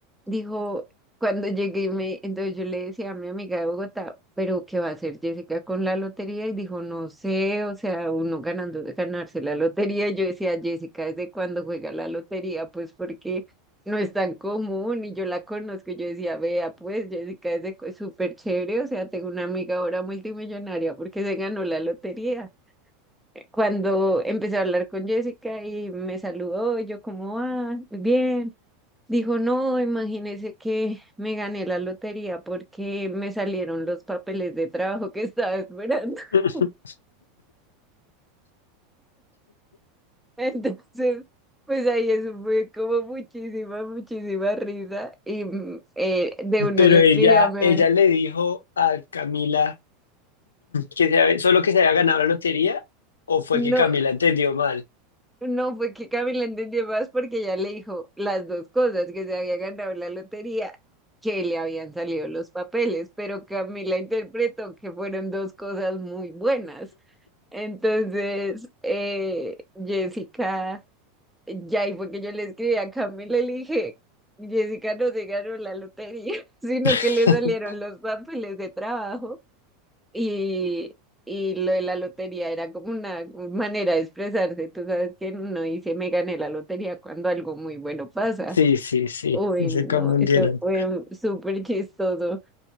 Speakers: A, in the centre; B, on the left.
A: Dijo, cuando llegué, me, entonces yo le decía a mi amiga de Bogotá, pero ¿qué va a hacer Jessica con la lotería? Y dijo, no sé, o sea, uno ganando, ganarse la lotería. Yo decía, Jessica, ¿desde cuándo juega la lotería? Pues porque no es tan común y yo la conozco. y Yo decía, vea, pues Jessica es de co- súper chévere, o sea, tengo una amiga ahora multimillonaria porque se ganó la lotería. Cuando empecé a hablar con Jessica y me saludó, y yo como, ah, bien. Dijo, no, imagínese que me gané la lotería porque me salieron los papeles de trabajo que estaba esperando. <laughs>
B: <laughs>
A: Entonces, pues ahí eso fue como muchísima, muchísima risa. Y mm, eh, de una
B: Pero
A: le
B: ella,
A: escribí a me,
B: ella le dijo a Camila que se había- solo que se había ganado la lotería o fue
A: no,
B: que Camila entendió mal.
A: No, fue que Camila entendió más porque ya le dijo las dos cosas, que se había ganado la lotería, que le habían salido los papeles, pero Camila interpretó que fueron dos cosas muy buenas. Entonces, eh, Jessica, ya y fue que yo le escribí a Camila y le dije, Jessica no se ganó la lotería, <laughs> sino
B: <laughs>
A: que le salieron los papeles de trabajo. Y, y lo de la lotería era como una manera de expresarse. Tú sabes que no dice me gané la lotería cuando algo muy bueno pasa.
B: Sí, sí, sí,
A: Uy,
B: se
A: no,
B: confundieron.
A: esto fue un- súper chistoso.